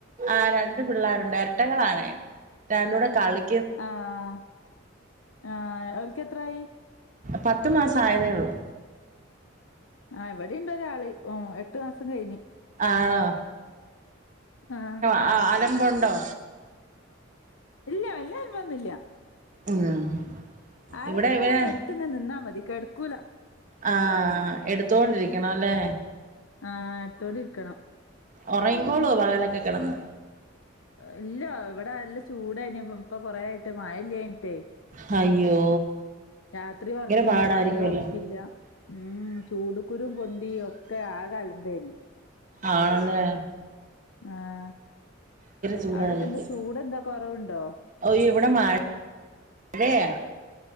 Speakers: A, on the right; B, on the left.
A: ആ ര രണ്ടു പിള്ളേരുണ്ട് എര്ട്ടകളാണെ രണ്ടൂടെ കളി
B: ആഹ് ആഹ് ഓൽക്കത്രായി?
A: പത്ത്മാസം ആയതേ ഉള്ളൂ.
B: ആയിവ ടിണ്ടൊരാള് ഓ എട്ടു മാസം കയിഞ്ഞ്
A: ആണോ
B: ആഹ
A: ആ അലമ്പുണ്ടോ?
B: ഇല്ല വല്ല്യ അല്മ്പോന്നുല്ല
A: ഉം
B: ആരെങ്കിം
A: ഇവിടെ ഇവരെ
B: ഇങ്ങനെ എട് ത്ത്ങ്ങനെ നിന്നാമതി കെട്ക്കൂല
A: ആഹ് എടുത്തോണ്ടിരിക്കണം അല്ലേ?
B: ആഹ് എട്ത്തോണ്ടിരിക്കണം.
A: ഒറങ്ങിക്കോളോ പകലൊക്കെ കെടന്ന്?
B: ഇല്ല ഇവിടെ ല്ല ചൂടേനി ഇപ്പം ഇപ്പൊ കൊറേയിട്ട് മഴല്ലേഞ്ഞിട്ടേയ്
A: ഹയ്യോ
B: രാത്രി ഒർക്കില്ല
A: പാടായിരിക്കുവല്ലോ
B: പകലു ഒർക്കില്ല ഉം ചൂടു കുരും പൊന്തി ഒക്കെ ആകൽമ്പേനി
A: ആണല്ലെ
B: ആഹ്
A: ചൂടായിരിക്കും
B: അവ്ടൊക്കെന്താ ചൂടെന്താ കൊറവുണ്ടോ
A: ഓ ഇവിടെ മഴ ഴെയാ